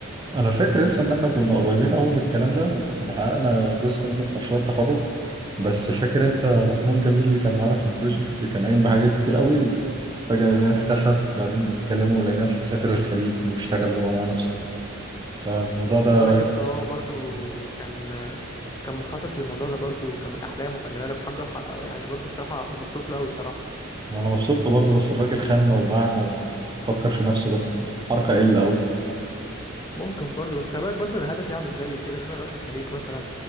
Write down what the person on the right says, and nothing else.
انا فاكر لسه ان احنا كنا قريبين قوي من الكلام ده وكنا حققنا جزء منه في مشروع التخرج بس فاكر انت محمود جميل اللي كان معانا في البروجكت كان قايم بحاجات كتير قوي وفجأة لقيناه اختفى بعدين بنكلمه ولقيناه سافر الخليج واشتغل هو مع نفسه فالموضوع ده
كان
عطلنا يعني.
وانا مبسوط له برضه بس الراجل خاننا وباعنا وفكر في نفسه بس حركة قلة قوي